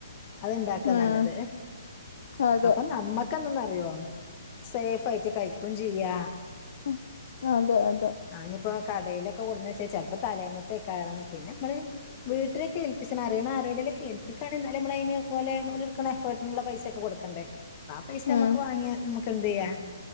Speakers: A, on the left; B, on the left.
A: അത് ണ്ടാക്കാ
B: ഉം
A: നല്ലത്
B: അതെ
A: അപ്പം നമ്മക്കെന്നന്നറിയോ സേഫായിട്ട് കഴിക്കും ചിയ്യാ
B: അ ആഹ് അതെ അതെ
A: ആഹ് നിപ്പോ കടയിലൊക്കെ കൊടുന്നേച്ച ചെൽപ്പോ തലേന്നത്തെക്കാവും പിന്ന മ്മള് വീട്ടിലേക്കേൽപ്പിച്ചനറിയണ ആരോടിലൊക്കെ ഏൽപ്പിക്കാണെന്നാല് മ്മള യിന പോലെ ഓലെടുക്കണ എഫേർട്ടിനുള്ള പൈസ ക്ക് കൊടുക്കണ്ടേ പാ പൈസ നമ്മക്ക്
B: ഉം
A: വാങ്ങിയാ മ്മക്കെന്തെ യ്യാ